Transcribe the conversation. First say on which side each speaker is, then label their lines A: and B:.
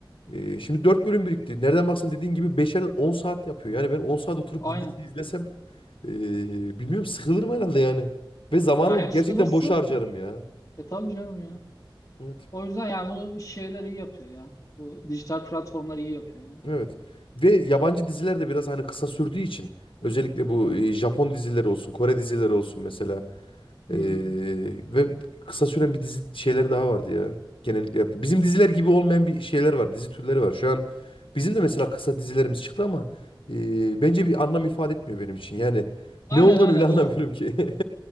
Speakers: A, on the left; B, on the left.
A: E, şimdi 4 bölüm birikti. Nereden baksan dediğin gibi 5'er 10 saat yapıyor. Yani ben 10 saat oturup
B: aynen.
A: bir dizi izlesem e, bilmiyorum sıkılırım herhalde yani. Ve zamanımı
B: Ya hem
A: gerçekten
B: sıkılırsın.
A: boşa harcarım ya.
B: E tabii canım ya.
A: Evet.
B: O yüzden yani bunu şeyler iyi yapıyor ya. Bu dijital platformlar iyi yapıyor yani.
A: Evet. Ve yabancı diziler de biraz hani kısa sürdüğü için özellikle bu e, Japon dizileri olsun, Kore dizileri olsun mesela.
B: Hmm.
A: Ee, ve kısa süren bir dizi şeyleri daha vardı ya. Genellikle yaptı. Bizim diziler gibi olmayan bir şeyler var. Dizi türleri var. Şu an bizim de mesela kısa dizilerimiz çıktı ama e, bence bir anlam ifade etmiyor benim için. Yani
B: Aynen
A: ne olduğunu
B: aynen.
A: bile <laughs> anlamıyorum
B: O,
A: ki. <laughs>